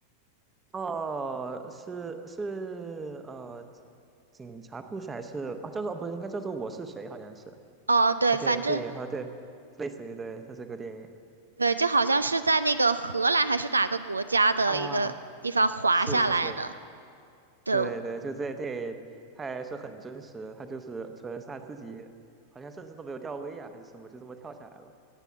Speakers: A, on the right; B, on the right.
A: 哦，是是呃，警警察故事还是啊，叫做不是应该叫做我是谁，好像是。
B: 哦，对，
A: 呃，电电影哈，
B: 反正
A: 对，类似于对，他这个电影。
B: 对，就好像是在那个荷兰还是哪个国家的一个地方滑下来的。
A: 啊，是是是，
B: 对，
A: 对对，就这这，他也是很真实，他就是纯是他自己，好像甚至都没有吊威亚还是什么，就这么跳下来了，